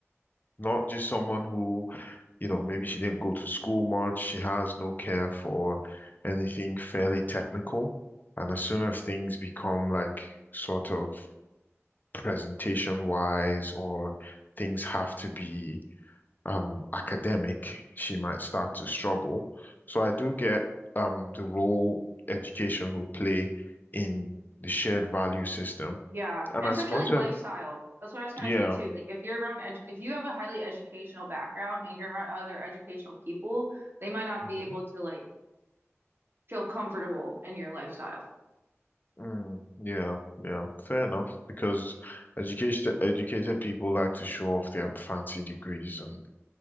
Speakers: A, on the left; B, on the right.
A: not just someone who you know, maybe she didn't go to school much. She has no care for anything fairly technical. And as soon as things become like sort of presentation wise or things have to be um, academic, she might start to struggle. So I do get um, the role education will play in the shared value system.
B: Yeah,
A: And
B: and
A: as
B: especially
A: much
B: like lifestyle.
A: as,
B: That's what I was gonna
A: yeah.
B: say too. Like if you're around edu if you have a highly educational background and you're around other educational people, they might not
A: Mhm.
B: be able to like feel comfortable in your lifestyle.
A: Mm, yeah, yeah, fair enough. Because educated educated people like to show off their fancy degrees and